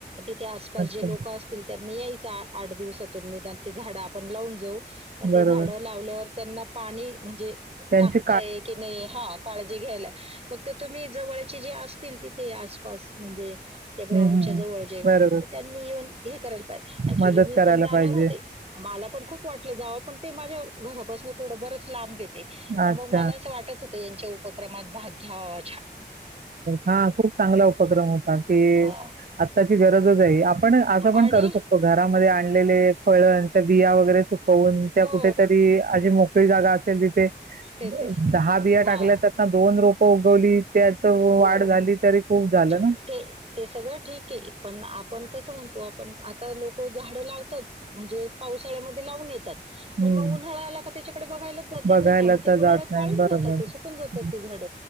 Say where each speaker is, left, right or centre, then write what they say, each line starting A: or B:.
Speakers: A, on the right (about 35°); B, on the right (about 55°).
A: तिथे आसपास
B: अच्छा
A: जे लोक असतील त्यांनी याय. आठ दिवसातून निदान ते झाडं आपण लावून जाऊ. मग
B: बरोबर
A: ते झाड लावल्यावर त्यांना पाणी म्हणजे
B: त्यांचे
A: काय आहे की नाही हा काळजी घ्यायला फक्त तुम्ही जवळ जवळचे जे असतील तिथे आसपास म्हणजे त्या ग्राउंड
B: हम्म हम्म
A: च्या
B: हम्म.
A: जवळ जे
B: बरोबर
A: तर त्यांनी येऊन हे करायला पाहिजे ऍक्च्युली
B: मदत
A: मी
B: करायला
A: पण जाणार
B: पाहिजे.
A: होते मला पण पण खूप वाटलं जावं पण ते माझ्या घरापासन थोडं बरच लांब आहे ते पण
B: अच्छा.
A: मग मला असं वाटत होतं यांच्या उपक्रमात भाग घ्यावा हो.
B: हा खूप चांगला उपक्रम होता कि
A: अ
B: आताची गरजच आहे. आपण असं पण
A: आणि
B: करू शकतो. घरामध्ये आणलेले फळच्या बिया वगैरे सुकवून त्या
A: हो
B: कुठेतरी अशी मोकळी जागा असेल तिथे
A: ते ते
B: दहा बिया
A: हा
B: टाकल्यात आता दोन रोपं उगवली. त्याचं
A: हो
B: वाढ झाली तरी खूप झालं
A: ते
B: ना.
A: ते सगळं ठीक आहे पण आपण कसं म्हणतो पण आता लोक झाडं लावतात म्हणजे पावसाळ्यामध्ये लावून येतात.
B: हं.
A: पण मग उन्हाळा आला का त्याच्याकडे बघायलाच जाती
B: बघायला
A: नाही ना ते
B: तर
A: उन्हाळ्यात
B: जात नाही.
A: वाळून
B: बरोबर.
A: जातात ते सुकून जातात
B: हं.
A: ते झाड